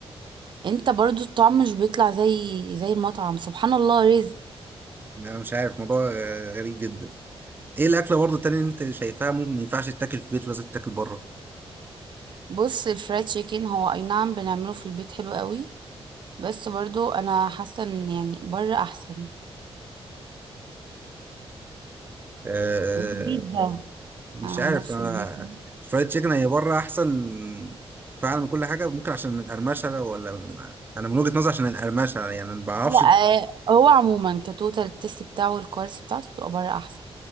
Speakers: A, on the right; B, on the right.
A: انت برضو الطعم مش بيطلع زي زي المطعم سبحان الله رزق
B: يعني انا مش عارف موضوع آه، غريب جدا ايه الاكله برضو التانية اللي انت شايفاها ممكن ما ينفعش تتاكل في البيت لازم تتاكل بره
A: بص الفرايد تشيكن هو اي نعم بنعمله في البيت حلو قوي بس برضو انا حاسة ان يعني بره احسن
B: آه
A: والبيتزا
B: مش
A: انا
B: عارف
A: عن نفسي
B: انا
A: البيتزا
B: فرايد تشيكن هي بره احسن فعلا من كل حاجه ممكن عشان القرمشه ولا انا من وجهه نظري عشان القرمشه يعني ما بعرفش
A: لا آه، هو عموما كتوتال التست بتاعه والكواليتي بتاعته بتبقى بره احسن